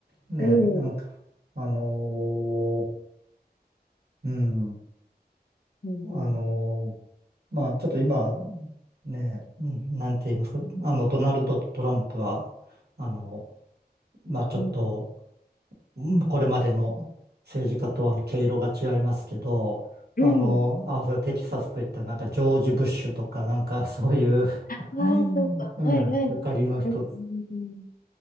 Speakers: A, on the right; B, on the left.
A: ね、
B: うん、
A: なんか、
B: うん、
A: あのーうん、
B: うん、
A: あのーまあ、ちょっと今、ね、うんなんて言いますか、あの、ドナルド・トランプは、あの、まあちょっと、
B: うん。
A: うんこれまでの政治家とは毛色が違いますけど、
B: うん
A: あの、あ、それテキサスといったらなんかジョージ・ブッシュとか、なんかそういう、
B: ああ、
A: うん、
B: そうか。
A: <laughs> うんゆかりの人
B: はい、はい。うん、うん、